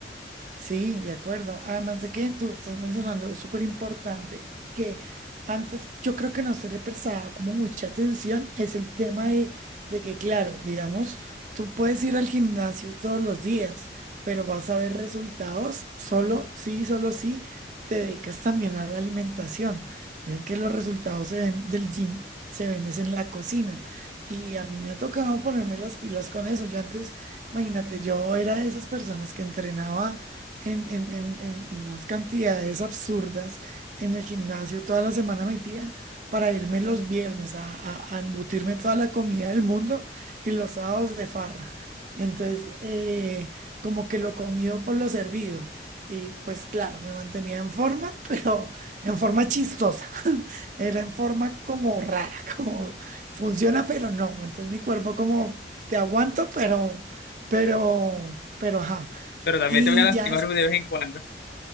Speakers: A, on the right; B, on the left.
A: Sí, de acuerdo. Además de que tú estás mencionando, es súper importante que antes yo creo que no se le prestaba como mucha atención, es el tema de, de que, claro, digamos, tú puedes ir al gimnasio todos los días, pero vas a ver resultados solo sí, solo sí, te dedicas también a la alimentación. Dicen que los resultados se ven del gym, se ven es en la cocina. Y a mí me ha tocado ponerme las pilas con eso. Yo antes, imagínate, yo era de esas personas que entrenaba en, en- en- en unas cantidades absurdas en el gimnasio toda la semana metida para irme los viernes a, a- a embutirme toda la comida del mundo y los sábados de farra. Entonces, eh, como que lo comido por lo servido. Y pues claro, me mantenía en forma, <laughs> pero en forma chistosa. <laughs> Era en forma como rara, <laughs> como funciona, pero no. Entonces mi cuerpo como te aguanto, pero, pero, pero, ajá.
B: Pero también
A: Y
B: te voy a lastimar
A: ya
B: de vez en cuando.